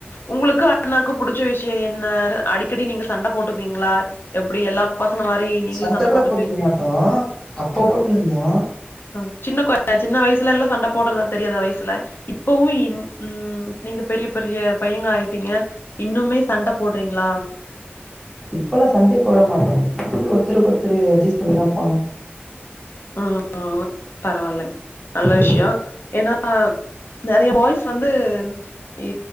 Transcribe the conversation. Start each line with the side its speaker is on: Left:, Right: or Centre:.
Left: உங்களுக்கு அண்ணாக்கு புடுச் ச்ச விஷயோ என்னாரு அடிக்கடி நீங்க சண்ட போட்டுக்குவீங்களா எப்டி எல்லா ப தங்க மாரி நீங்களும்
Centre: சண்டேல்லா
Left: சண்ட போட்டு
Centre: போட்டுக்க
Left: பி
Centre: மாட்டோ அப்ப
Left: ஆ
Centre: போட்டுனுருந்தோ
Left: ஆ சின்ன <unintelligible> சின்ன வயசுல எல்லா சண்ட போட்றதா தெரியாதா வயிசுல இப்பவு இன் ம் நீங்க பெரிய பெ ரிய பையங்க ஆயிட்டீங்க இன்னுமே சண்ட போட்றீங்களா
Centre: இப்பல்லா சண்டயே போட மாட்டோம் <unintelligible> ஒத்தருக்கு ஒத்தரு அட்ஜஸ் பண்ணிதா போனோ
Left: ஆ <unintelligible> பரவாயில்லை நல்ல விஷயோ
Centre: ம்
Left: ஏன்னா நறைய பாய்ஸ் வந்து இ